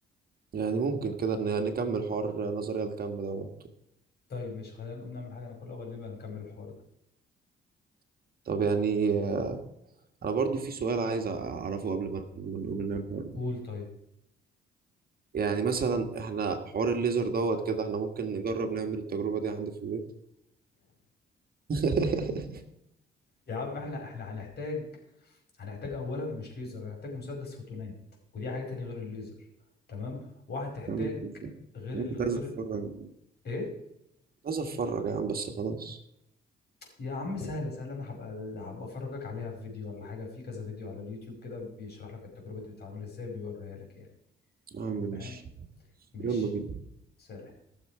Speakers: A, on the right; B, on the left.
A: يعني ممكن كده ن- نكمل حوار نظريه الكم دوت
B: طيب ماشي خلينا نقوم نعمل حاجه ناكلها وبعدين نبقى نكمل الحوار ده
A: طب يعني آه، انا برضو في سؤال عايز اعرفه قبل ما ما نقوم من الحوار
B: قول طيب
A: يعني مثلا احنا حوار الليزر دوت كده احنا ممكن نجرب نعمل التجربة دي عندي في البيت <laughs>
B: يا عم احنا احنا هنحتاج هنحتاج اولا مش ليزر هنحتاج مسدس فوتونات ودي حاجه تانية غير الليزر تمام وهتحتاج
A: يا عم خلصان.
B: غير
A: انا
B: ال...
A: كنت عايز
B: غير
A: اتفرج
B: ايه
A: كنت عايز اتفرج يا عم بس خلاص
B: يا عم سهله سهله انا هبقى هبقى افرجك عليها في فيديو ولا حاجه في كذا فيديو على اليوتيوب كده بيشرح لك التجربه دي بتتعمل ازاي بيوريها لك يعني
A: يا عم ماشي
B: فاهم ماشي
A: يلا بينا
B: سلام